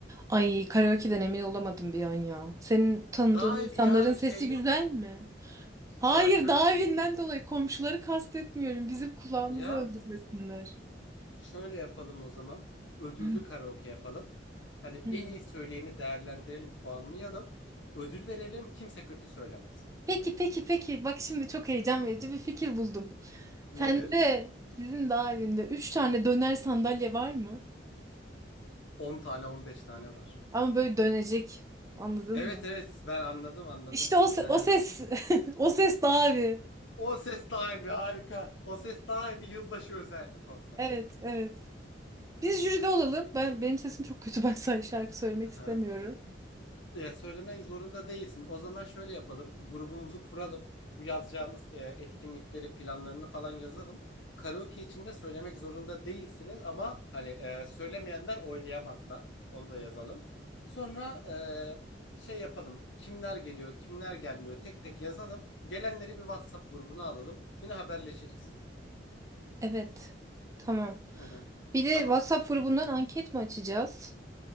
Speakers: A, on the right; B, on the left.
A: Ay karaoke'den emin olamadım bir an ya. Senin tanıdığın
B: Daha
A: insanların
B: evi ya
A: sesi
B: şey yok.
A: güzel mi? Hayır
B: Ya şöyle
A: dağ
B: sesi.
A: evinden dolayı komşuları kastetmiyorum. Bizim kulağımızı
B: Ya
A: öldürmesinler.
B: şöyle yapalım o zaman. Ödüllü
A: Hı.
B: karaoke yapalım. Hani
A: Hmm.
B: en iyi söyleyeni değerlendirelim, puanlayalım. Ödül verelim, kimse kötü söylemez.
A: Peki peki peki. Bak şimdi çok heyecan verici bir fikir buldum.
B: Nedir?
A: Sende sizin dağ evinde üç tane döner sandalye var mı?
B: on tane on beş tane var.
A: Ama böyle dönecek. Anladın
B: Evet
A: mı?
B: evet ben anladım anladım.
A: İşte o, se-
B: Hı hı.
A: o ses. <laughs> O ses dağ evi.
B: O ses daha iyi harika. O ses daha iyi yılbaşı özel konsept.
A: Evet evet. Biz jüride olalım. Ben benim sesim çok kötü. Ben <laughs> sadece şarkı söylemek
B: Hı hı.
A: istemiyorum.
B: Ya söylemek zorunda değilsin. O zaman şöyle yapalım. Grubumuzu kuralım. Bu yazacağımız e, etkinlikleri, planlarını falan yazalım. Karaoke için de söylemek zorunda değilsiniz ama hani e, söylemeyenler oylayamaz da. Onu da yazalım. Sonra e, şey yapalım. Kimler geliyor, kimler gelmiyor tek tek yazalım. Gelenleri bir WhatsApp grubuna alalım. Yine haberleşiriz.
A: Evet. Tamam.
B: Hı hı.
A: Bir de
B: Tamam.
A: WhatsApp grubundan anket mi açacağız?